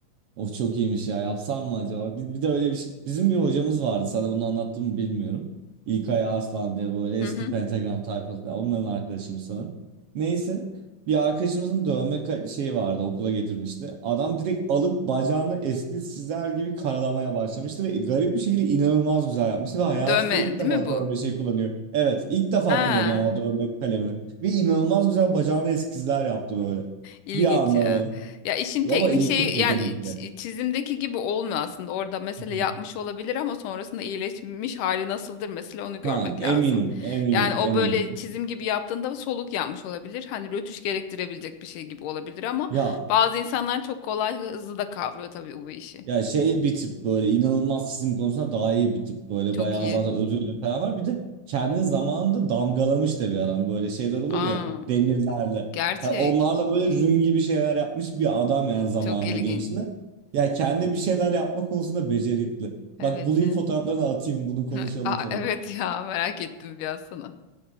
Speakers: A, on the right (about 60°); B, on the left (about 85°).
A: Of çok iyiymiş ya. Yapsam mı acaba? Bir, bir de öyle bir şey. Bizim bir hocamız vardı. Sana bunu anlattım mı bilmiyorum. İlkay Arslan diye böyle eski
B: Hı hı.
A: Pentagram tayfası. ya Onların arkadaşıymış sanırım. Neyse. Bir arkadaşımızın dövme ka- şeyi vardı. Okula getirmişti. Adam direkt alıp bacağını eski sizler gibi karalamaya başlamıştı. Ve garip bir şekilde inanılmaz güzel yapmıştı. Ve hayatında
B: Dövme
A: ilk
B: değil
A: defa
B: mi bu?
A: dövme şey kullanıyor. Evet ilk defa
B: Ha.
A: kullanıyor ama o dövme kalemini. Ve inanılmaz güzel bacağına eskizler yaptı böyle.
B: İlginç
A: Bir anda
B: ya.
A: böyle.
B: Ya işin teknik
A: Ama eli
B: şeyi
A: çok yetenekli.
B: yani ç- çizimdeki gibi olmuyor aslında. Orada mesela
A: Hı hı.
B: yapmış olabilir ama sonrasında iyileşmiş hali nasıldır mesela onu görmek
A: Ha eminim
B: lazım.
A: eminim
B: Yani o
A: eminim.
B: böyle çizim gibi yaptığında soluk yapmış olabilir. Hani rötuş gerektirebilecek bir şey gibi olabilir ama
A: Ya
B: bazı insanlar çok kolay hızlı da kavruyor tabii bu işi.
A: ya şey bir tip böyle inanılmaz çizim konusunda daha iyi bir tip böyle
B: Çok
A: bayağı
B: iyi.
A: zaten ödüllü falan var. Bir de kendi zamanında damgalamış da bir adam böyle şeyler olur
B: Aa,
A: ya demirlerle.
B: gerçek.
A: Hani onlarla böyle rün gibi şeyler yapmış bir adam yani zamanında
B: Çok ilginç.
A: gençliğinde. Ya kendi bir şeyler yapma konusunda becerikli.
B: Evet
A: Bak bulayım
B: ya.
A: fotoğraflarını atayım bunu konuşalım
B: <laughs> Aa,
A: sonra.
B: evet ya merak ettim biraz sana.